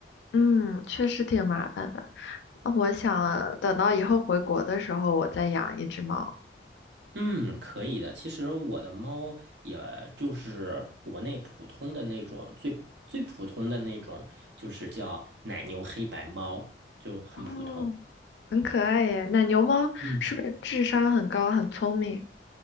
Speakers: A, on the left (about 75°); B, on the right (about 75°).
A: 嗯，确实挺麻烦的。那我想等到以后回国的时候，我再养一只猫。
B: 嗯，可以的。其实我的猫也就是国内普通的那种，最最普通的那种，就是叫奶牛黑白猫，就很普通。
A: 哦，很可爱耶。奶牛猫是不是智商很高，
B: 嗯。
A: 很聪明